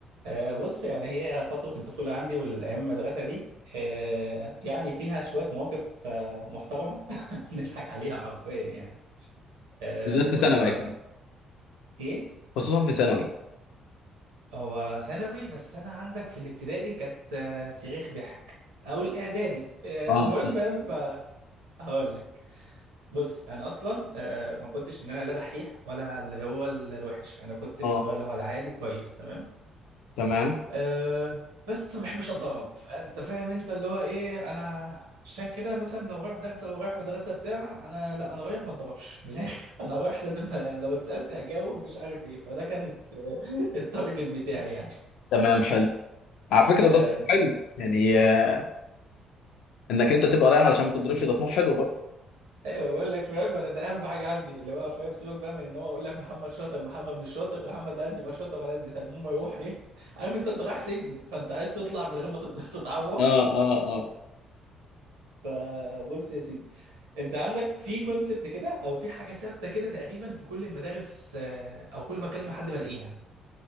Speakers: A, on the right; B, on the left.
A: آه، بص يعني هي فترة الطفولة عندي والأيام المدرسة دي آه، يعني فيها شوية مواقف آه، محترمة <laughs> نضحك عليها حرفيا يعني آه،
B: بالذات
A: بص
B: في ثانوي
A: هقول
B: اكيد
A: لك إيه
B: خصوصا في ثانوي
A: هو ثانوي بس أنا عندك في الابتدائي كانت آه، صريخ ضحك أو الإعدادي آه،
B: اه
A: المهم فاهم فهقول لك بص أنا أصلا آه، ما كنتش إن أنا لا دحيح ولا اللي هو الوحش أنا كنت مستواي
B: اه
A: اللي هو العادي كويس تمام
B: تمام
A: أه بس ما بحبش اتضرب فانت فاهم انت اللي هو ايه انا عشان كده مثلا لو رايح درس او رايح مدرسه بتاع انا لا انا رايح ما اتضربش من الاخر <laughs> انا رايح لازم <laughs> ه- لو اتسالت هجاوب مش عارف ايه فده كان الت- <laughs> التارجت بتاعي يعني
B: تمام حلو على فكره ده
A: أه
B: طموح حلو يعني آه، انك انت تبقى رايح علشان ما تضربش ده طموح حلو برضه
A: ايوه بقول لك فاهم انا ده اهم حاجه عندي اللي هو فاهم سيبك بقى من ان هو اقول لك محمد شاطر محمد مش شاطر محمد لا عايز يبقى شاطر ولا عايز بتاع المهم يروح ايه عارف انت انت رايح سجن فانت عايز تطلع من غير ما تت- <laughs> تتعور
B: اه اه اه
A: فبص يا سيدي انت عندك في كونسبت كده او في حاجه ثابته كده تقريبا في كل المدارس آه، او كل ما اكلم مع حد بلاقيها